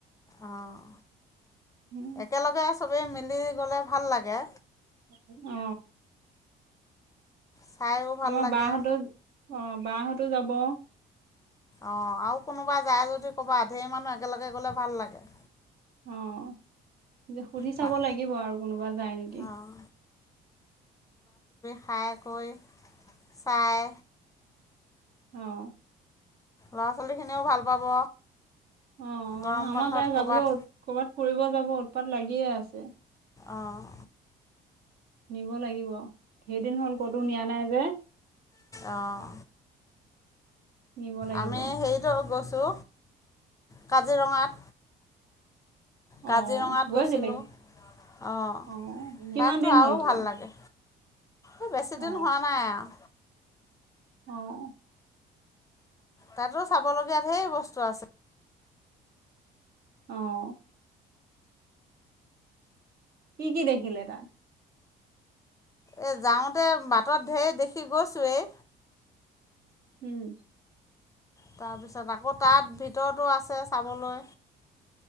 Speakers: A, on the left; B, on the right.
A: অহ,
B: উম।
A: একেলগে আছে সবে মিল গলে ভাল লাগে।
B: অ
A: চাইও ভাল
B: আমাৰ
A: লাগে
B: বহঁতৰ, অহ। বহতো যাব।
A: অহ আৰু কোনোবা যায় যদি কবা, ঢেৰ মানুহ একেলগে গলে ভাল লাগে।
B: অহ, সুধি
A: তাত
B: চাব লাগিব আৰু কোনোবা যায় নেকি।
A: অঁ খাইকৈ চাই।
B: অহ।
A: ল'ৰা ছোৱালীখিনিও ভাল পাব।
B: অহ,
A: গৰম
B: আমাৰ
A: বন্ধত
B: তাই
A: ক'ৰবাত
B: যাবলৈও কৰ'বাত ফুৰিব যাব উৎপাত লাগিয়ে আছে।
A: অহ।
B: নিব লাগিব। সেইদিন হ'ল ক'তো নিয়া নাই যে।
A: অঁ
B: নিব লাগিব
A: আমি সেইত গছ চো কাজিৰঙাত। কাজিৰঙাত
B: অহ, গৈছিল
A: গৈছিলোঁ
B: নেকি?
A: অঁ
B: অহ, কিমান
A: তাততো
B: দিন
A: আৰু
B: হ'ল যোৱা?
A: ভাল লাগে এই বেছি
B: অ
A: দিন হোৱা নাই আৰু।
B: অহ।
A: তাতো চাবলগীয়া ঢেৰ বস্তু আছে।
B: অহ কি-কি দেখিলে তাত?
A: এ যাওঁতে বাটত ঢেৰ দেখি গৈছোৱেই।
B: উম।
A: তাৰপিছত আকৌ তাত ভিতৰতো আছে চাবলৈ।